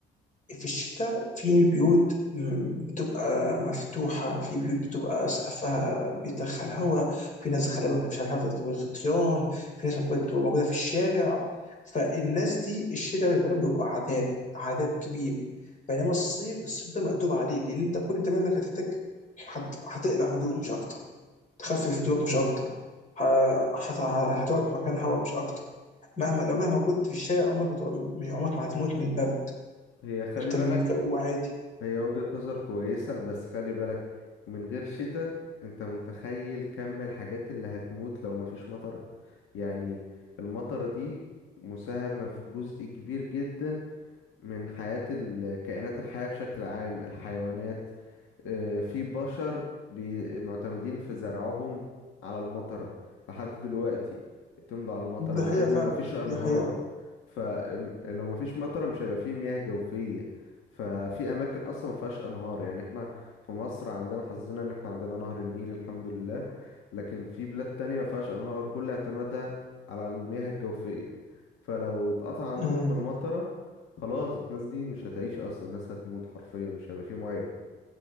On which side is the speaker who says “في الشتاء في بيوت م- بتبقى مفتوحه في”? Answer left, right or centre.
Left